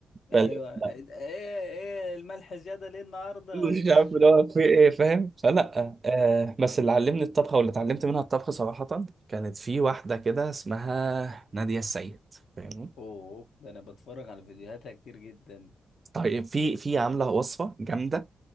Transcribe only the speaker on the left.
ايوه
ايه ايه الملح زياده ليه النهارده
انت
<laughs>
اوه ده انا بتفرج على فيديوهاتها كتير جدا